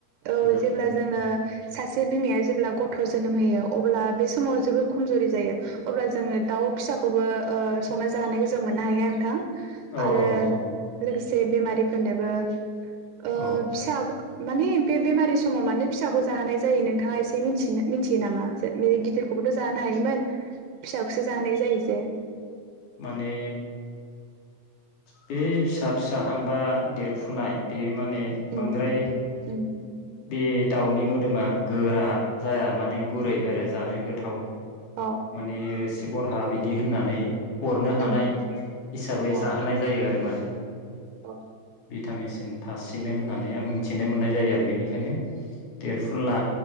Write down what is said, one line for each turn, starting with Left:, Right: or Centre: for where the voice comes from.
Right: औ
Left: फुजा
Right: जेब्ला
Left: फोरबोआव
Right: जोङो सा सासे बिमाया जेब्ला गथ' जोनोम होयो अब्ला बे समाव जोबोर खमजुरि जायो अब्ला जोङो दाउ फिसाखौ खौबो ओ संना जाहोनायखौ जों मोननो हायो नोंथां
Left: औ
Right: आरो
Left: औ नंगौ
Right: लोगोसे जे बेमारिफोरनोबो ओ
Left: औ
Right: फिसा माने बे-बेमारि समाव मानो फिसाखौ जाहोनाय जायो नोंथाङा एसे मिथिनो मिथियो नामा जे बि गिदिरखौबोथ' जानो हायोमोन फिसाखौसो जानाय जायो जे
Left: माने बे फिसा फिसाहांबा देरफुनाय बेयो माने
Right: उम
Left: बांद्राय
Right: उम
Left: बे दाउनि मोदोमा गोरा जाया माने गुरै आरो जानो गोथाव
Right: अ
Left: माने सिशबरहाट बिदि होननानै अरनो हानाय
Right: उम
Left: हिसाबै
Right: अ
Left: जाहोनाय जायो आरो माने
Right: अ
Left: भिटामिसिन थासिनो होननानै आं मि थिनो मोननाय जायो आरो बेनिखायनो देरफुन ला